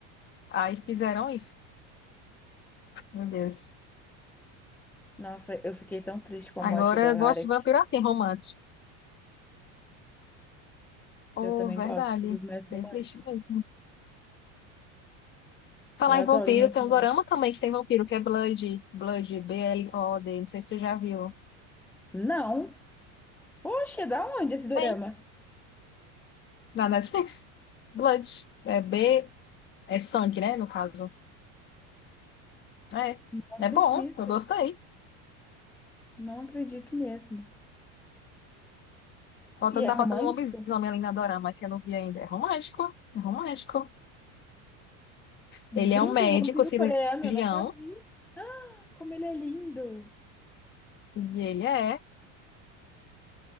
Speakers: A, on the left (about 25°); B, in the centre.
A: Aí fizeram isso. Meu Deus.
B: Nossa, eu fiquei tão triste com
A: Agora
B: a morte do Alaric.
A: eu gosto de vampiro assim, romântico. Oh,
B: Eu também
A: verdade.
B: gosto dos mais
A: Fiquei
B: românticos.
A: triste mesmo. Falar
B: Eu adoro
A: em vampiro,
B: os mais
A: tem
B: românticos.
A: um dorama também que tem vampiro, que é Blood. Blood, B-L-O-D. Não sei se tu já viu.
B: Não! Poxa, da onde esse dorama?
A: Tem, na Netflix. Blood. É B, é sangue, né? No caso. É.
B: Não acredito,
A: É bom, eu gostei.
B: não acredito mesmo.
A: Faltando,
B: E é
A: tá
B: romântico?
A: faltando um lobisomem ali na dorama, que eu não vi ainda. É romântico. É romântico. Ele
B: Gente,
A: é um médico,
B: o vampiro
A: cirurgião.
B: coreano, eu nunca vi. Como ele é lindo.
A: E ele é.